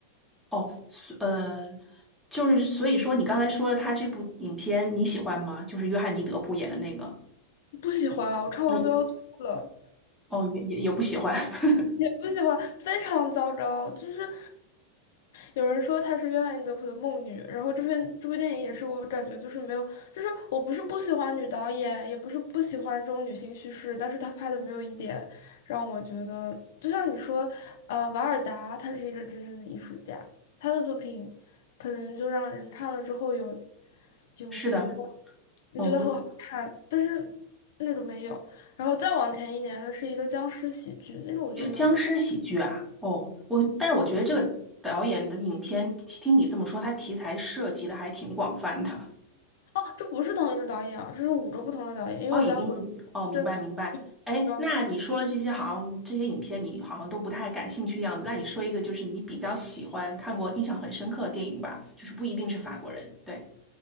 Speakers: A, in the centre; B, on the left.
A: 哦，所呃，就是所以说，你刚才说他这部影片你喜欢吗？就是约翰尼·德普演的那个。
B: 不喜欢啊，我看完都要吐了。
A: 哎，哦，也也也不喜欢。<laughs>
B: 也不喜欢，非常糟糕。就是有人说她是约翰尼德普的梦女，然后这篇这部电影也是我感觉就是没有，就是我不是不喜欢女导演，也不是不喜欢这种女性叙事，但是她拍的没有一点让我觉得，就像你说，呃，瓦尔达她是一个真正的艺术家，她的作品可能就让人看了之后有有觉得。
A: 是的，
B: 你觉得很好看，
A: 哦，我
B: 但是那个没有。然后再往前一年的是一个僵尸喜剧，那个我就没有看。
A: 僵僵尸喜剧啊，哦，我但是我觉得这个导演的影片，听你这么说，他题材涉及的还挺广泛的。
B: 哦，这不是同一个导演啊，这是五个不同的导演，因为我在回顾，
A: 哦，已经哦，明白明白。
B: 这
A: 哎，
B: 你知那个。
A: 那你说了这些，
B: 哦
A: 好像这些影片你好像都不太感兴趣一样。那你说一个，就是你比较喜欢、看过、印象很深刻的电影吧，就是不一定是法国人。对。